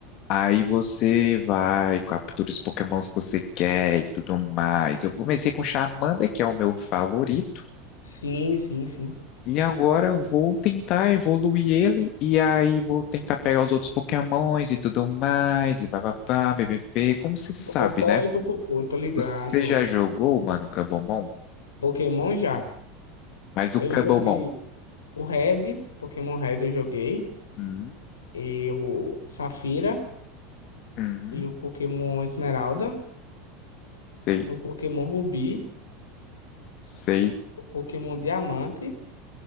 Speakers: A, on the left; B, on the left.
A: Aí você vai, captura os Pokémons que você quer e tudo mais. Eu comecei com Charmander, que é o meu favorito,
B: Sim, sim, sim.
A: e agora eu vou tentar evoluir ele, e aí vou tentar pegar os outros Pokémons e tudo mais, e bababá, bbb. Como você sabe,
B: Popopó
A: né?
B: e popopô, tô ligado.
A: Você já jogou, mano, Kabumon?
B: Pokémon já.
A: Mas o
B: Eu
A: Kabumon.
B: joguei o Red, Pokémon Red eu joguei.
A: Hum,
B: E o Safira.
A: hum,
B: E o Pokémon Esmeralda.
A: sei,
B: O Pokémon Rubi.
A: sei,
B: O Pokémon Diamante.